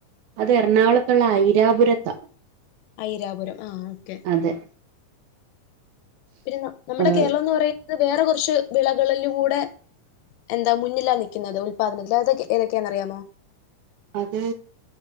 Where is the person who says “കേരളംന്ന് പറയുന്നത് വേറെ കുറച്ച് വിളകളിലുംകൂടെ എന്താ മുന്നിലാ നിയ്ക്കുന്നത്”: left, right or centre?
Left